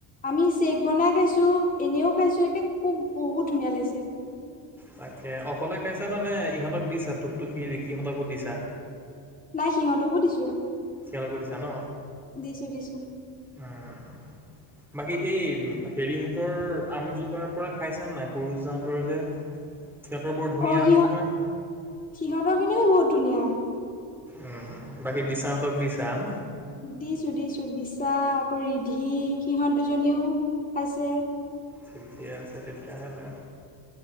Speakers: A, on the left; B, in the centre.
A: আমি চেক বনাই খাইছো এনেও খাইছো, একে খুব বহুত ধুনীয়া লাগিছে।
B: তাকে, অকলে খাইছানা নে? ইহঁতক দিছা টুকটুকি, ৰিকিহঁতকো দিছা।
A: নাই সিহঁতকো দিছো।
B: <unintelligible> কো দিছা ন,
A: দিছো দিছো
B: উম বাকী এই হেৰিহঁতৰ আমজোপাৰ পৰা খাইছানা নাই? সৰুচ যাহঁতৰ যে। সিহঁতৰ বৰ ধুনীয়া
A: অ
B: আম
A: সিহ-সিহঁতৰ
B: নহয়
A: খিনিও বহুত ধুনীয়া।
B: উম, বাকী দিছাহঁতক দিছা আম?
A: দিছো-দিছো বিচা আকৌ ৰিধি সিহঁত দুজনীও পাইছে।
B: ঠিকে আছে তেতিয়াহ'লে।